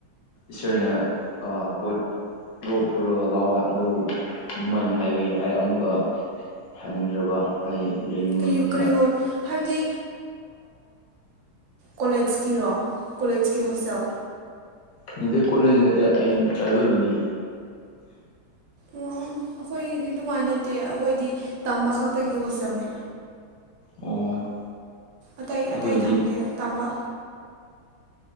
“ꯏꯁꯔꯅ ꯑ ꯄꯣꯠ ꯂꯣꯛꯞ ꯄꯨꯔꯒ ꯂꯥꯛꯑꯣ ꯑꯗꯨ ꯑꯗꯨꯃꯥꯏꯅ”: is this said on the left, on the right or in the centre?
Left